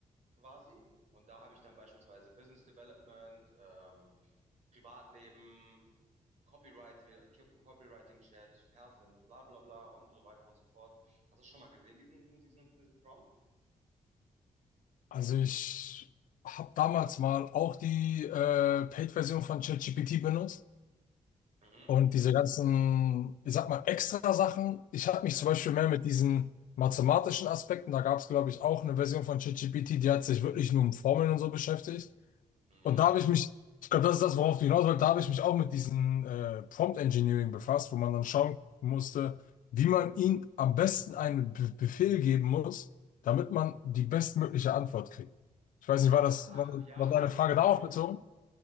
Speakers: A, on the right (about 60°); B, on the left (about 85°).
A: quasi. Und da habe ich dann beispielsweise Business Development, ähm, Privatleben, Copywriting, Copywriting Chat, Health und bla bla bla und so weiter und so fort. Hast du schon mal gesehen, diesen, diesen, diesen Prompt?
B: Also ich habe damals mal auch die äh, Paid-Version von ChatGPT benutzt.
A: Mhm.
B: Und diese ganzen, ich sag mal, extra Sachen. Ich habe
A: Ja.
B: mich zum Beispiel mehr mit diesen mathematischen Aspekten, da gab es, glaube ich, auch eine Version von ChatGPT, die hat sich wirklich nur um Formeln und so beschäftigt.
A: Mhm.
B: Und da habe ich mich, ich glaube, das ist das, worauf du hinaus wolltest, da habe ich mich auch mit diesem äh, Prompt Engineering befasst, wo man dann schauen musste, wie man ihm am besten einen Be Befehl geben muss, damit man die bestmögliche Antwort kriegt. Ich weiß
A: Ja,
B: nicht, war
A: da,
B: das,
A: ähm,
B: war,
A: ja,
B: war deine
A: so
B: Frage
A: ungefähr,
B: darauf bezogen?